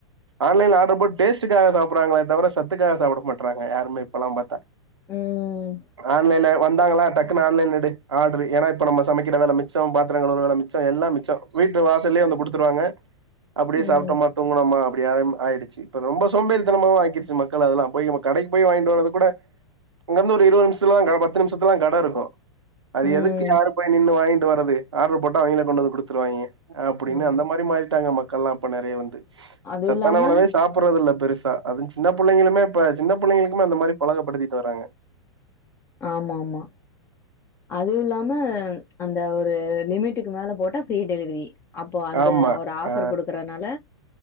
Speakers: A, on the right; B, on the left.
A: ஆன்லைன்ல ஆர்டர் போட்டு டேஸ்ட்க்காக சாப்புட்றாங்களே தவிர சத்துக்காக சாப்பட மாட்றாங்க யாருமே இப்பெல்லா‌ பாத்தா
B: ம்
A: ஆன்லைன்ல வந்தாங்களா டக் டக்குனு ஆன்லைன்ல எடு எனா இப்ப நம்ம சமக்கிற வேல மிச்சம் பாத்தர கழுவுற வேல மிச்ச எல்லா மிச்சொ வீட்டு வாசல்லெயே வந்து குடுத்துருவாங்க அப்டியே
B: ம்
A: சாப்ட்டொமா தூங்கணொமா அப்டி ஆம் ஆயிடுச்சி இப்ப ரொம்ப சோம்பேறிதனமா ஆக்கிர்ச்சு மக்கள அதெல்லா போய் மு கடைக் போய் வாங்கிட்டு வரது கூட இங்க இருந்து ஒரு இருவது நிம்ஷத்துலா கட பத்து நிம்ஷத்துல தா கட இருக்கு அது
B: ம்
A: எதுக்கு யாரு போய் நின்னு வாங்கிட்டு வரது ஆர்டர் போட்டா அவிங்களே கொண்டு வந்து குடுத்துருவாய்ங்க அப்டின்னு
B: ஆமா
A: அந்த மாரி மாறிட்டாங்க மக்கள்லா இப்ப நறையா வந்து
B: அதுவு
A: சத்தான
B: இல்லாம
A: உணவே சாப் புட்றது இல்ல பெருசா அது சின்ன புள்ளெங்களுமே சின்ன புள்ளெங்களுக்குமே அந்த மாரி பழக்கப்படுத்திட்டு வராங்க
B: ஆமா ஆமா அதுவு இல்லாம அந்த ஒரு லிமிட்டுக்கு மேல போட்டா ஃப்ரீ டெலிவெரி அப்போ அந்த
A: ஆமா.
B: ஒரு ஆஃபர்
A: அ
B: குடுக்கறனால